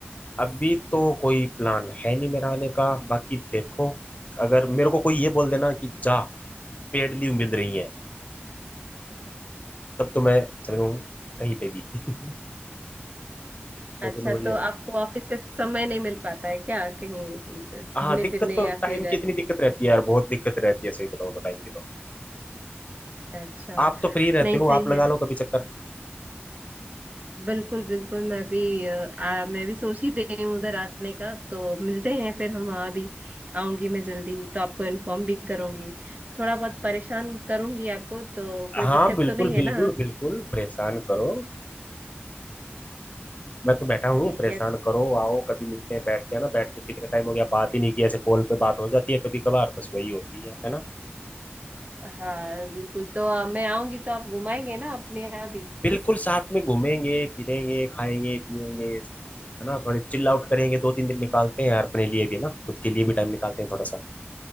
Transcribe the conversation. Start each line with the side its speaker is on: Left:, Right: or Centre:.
Left: अभी तो कोई प्लान है नहीं मेरा आने का बाकी देखो अगर मेरे को कोई ये बोल देना कि जा पेड लीव मिल रही है तब तो मैं चलूँ कहीं पे भी <laughs> लेकिन
Right: अच्छा
Left: वही
Right: तो
Left: है
Right: आपको ऑफिस से समय नहीं मिल पाता है क्या कहीं घूमने
Left: हाँ दिक्कत
Right: फिरने
Left: तो
Right: या
Left: टाइम
Right: फिर
Left: की इतनी दिक्कत रहती है यार बहुत दिक्कत रहती है सही बताऊँ तो टाइम की तो
Right: अच्छा
Left: आप तो फ्री रहते
Right: नहीं
Left: हो
Right: सही
Left: आप लगा
Right: है
Left: लो कभी चक्कर
Right: बिल्कुल बिल्कुल मैं भी अ, आ, मैं भी सोच ही रही हूँ उधर आने का तो मिलते हैं फिर हम वहाँ भी आऊंगी मैं जल्दी तो आपको इन्फॉर्म भी करूंगी थोड़ा बहुत परेशान करूंगी आपको तो कोई
Left: हाँ
Right: दिक्कत
Left: बिल्कुल
Right: तो नहीं
Left: बिल्कुल
Right: है ना
Left: बिल्कुल परेशान करो मैं तो बैठा हूँ
Right: ठीक
Left: परेशान
Right: है
Left: करो आओ कभी मिलते हैं बैठते हैं ना बैठ के कितने टाइम हो गया बात ही नहीं की ऐसे कॉल पे बात हो जाती है कभी कभार बस वही होती है है ना
Right: हाँ बिल्कुल तो अ, मैं आऊंगी तो आप घुमाएंगे ना अपने यहाँ भी
Left: बिल्कुल साथ में घूमेंगे फिरेंगे खाएंगे पिएंगे है ना थोड़े चिल आउट करेंगे दो तीन दिन निकालते हैं यार अपने लिए भी ना खुद के लिए भी टाइम निकालते हैं थोड़ा सा